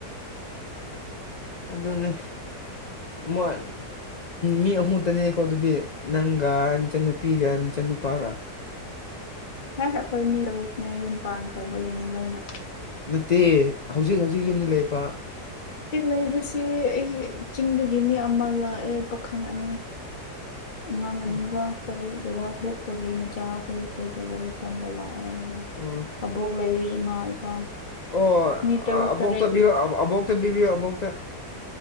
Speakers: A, on the left; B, on the left.
A: ꯑꯗꯨꯅꯦ ꯃꯣꯏ ꯃꯤ ꯑꯍꯨꯝ ꯈꯛꯇꯅꯦꯀꯣ ꯑꯗꯨꯗꯤ ꯅꯪꯒ ꯅꯆꯟꯅꯨꯄꯤꯒ ꯅꯆꯟꯅꯨꯄꯥꯒ
B: ꯍꯥꯏ ꯑꯩꯈꯣꯏ ꯃꯤ ꯇꯔꯨꯛꯅꯦ ꯌꯨꯝ ꯄꯥꯟꯈ꯭ꯔꯕꯒꯤꯅꯤ ꯂꯣꯏꯅ
A: ꯅꯠꯇꯦ ꯍꯧꯖꯤꯛ ꯍꯧꯖꯤꯛ ꯌꯨꯝꯗ ꯂꯩꯕ꯫
B: ꯍꯧꯖꯤꯛ ꯂꯩꯕꯁꯤ ꯑꯩꯒꯤ ꯆꯤꯡꯗꯒꯤ ꯃꯤ ꯑꯃ ꯂꯥꯛꯑꯦ ꯄꯥꯈꯪ ꯑꯅꯤ꯫ ꯑꯉꯥꯡ
A: ꯎꯝ
B: ꯑꯅꯤꯒ ꯑꯩꯈꯣꯏ ꯗꯥꯗꯥ ꯊꯣꯛꯄꯒꯤ ꯃꯆꯥ ꯑꯩꯈꯣꯏ ꯑꯩꯈꯣꯏꯗ ꯂꯥꯏꯔꯤꯛ ꯇꯝꯕ ꯂꯥꯛꯑꯒ ꯂꯩ꯫
A: ꯑꯣ꯫
B: ꯑꯕꯣꯛ ꯂꯩꯌꯦ ꯏꯃꯥ ꯏꯄꯥ꯫
A: ꯑꯣ
B: ꯃꯤ ꯇꯔꯨꯛ
A: ꯑꯕꯣꯛꯇ
B: ꯇꯔꯦꯠ
A: ꯕꯤꯌꯣ
B: ꯂꯩ
A: ꯑꯃꯨꯛꯇ ꯄꯤꯕꯤꯌꯨ ꯑꯕꯣꯛꯇ꯫